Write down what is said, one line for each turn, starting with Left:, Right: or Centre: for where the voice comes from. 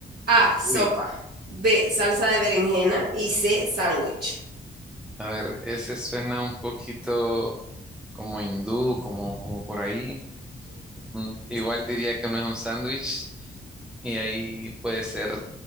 Right: A, sopa.
Centre: Uy,
Right: B, salsa de berenjena. Y C, sándwich.
Centre: a ver, ese suena un poquito como hindú, como, como por ahí. Mm, Igual diría que no es un sándwich y ahí puede ser,